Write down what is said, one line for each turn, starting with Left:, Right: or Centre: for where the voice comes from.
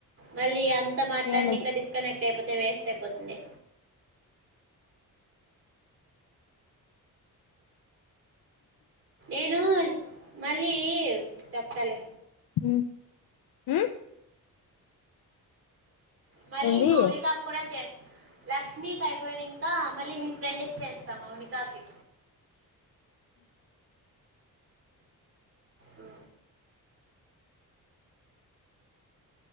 Right: మళ్ళీ అంత్ అంత మాట్లాడినింకా
Left: ఏనుగు
Right: డిస్కనెక్ట్ అయిపోతే వేస్ట్ అయిపోతుంది నేను మళ్ళీ చెప్తాలే
Left: మ్మ్ హ్మ్
Right: మళ్ళీ
Left: ఏంది
Right: మౌనికా కూడా చేస్ లక్ష్మీకి అయిపోయినింకా మళ్ళీ మీ ఫ్రెండ్కి చేస్తా మోనికాకి ఓ